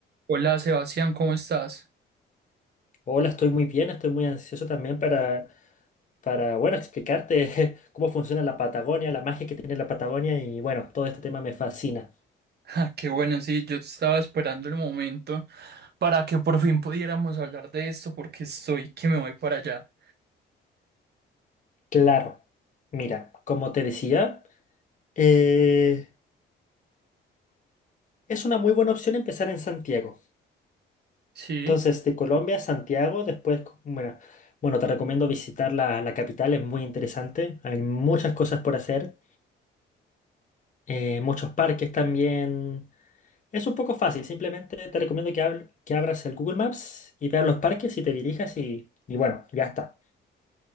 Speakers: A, on the right; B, on the left.
A: Hola Sebastián, ¿cómo estás? <laughs>
B: Hola, estoy muy bien, estoy muy ansioso también para, para bueno, explicarte <laughs> cómo funciona la Patagonia, la magia que tiene la Patagonia y bueno, todo este tema me fascina.
A: Ah, qué bueno, sí, yo estaba esperando el momento para que por fin pudiéramos hablar de esto porque estoy que me voy para allá.
B: Claro, mira, como te decía, eh, es una muy buena opción empezar en Santiago.
A: Sí,
B: Entonces, de Colombia a Santiago, después, co- bueno, bueno, te recomiendo visitar la, la capital, es muy interesante, hay muchas cosas por hacer, eh, muchos parques también. Es un poco fácil, simplemente te recomiendo que, habl- que abras el Google Maps y veas los parques y te dirijas y, y bueno, ya está.